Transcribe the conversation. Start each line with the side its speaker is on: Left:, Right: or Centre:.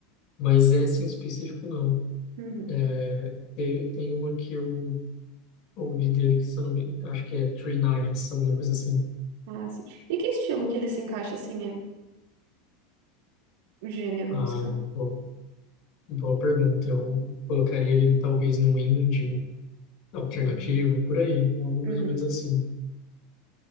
Left: mas essa em específico não.
Right: Uhum.
Left: É, tem, tem uma que eu ouvi dele que, se eu não me acho que é Three Nights, alguma coisa assim.
Right: Ah, sim. E que estilo que ele se encaixa, assim, é gênero
Left: Ah,
Right: musical?
Left: boa, boa pergunta. Eu colocaria ele talvez no indie alternativo,
Right: Uhum.
Left: por aí, algo
Right: Uhum.
Left: mais ou menos assim.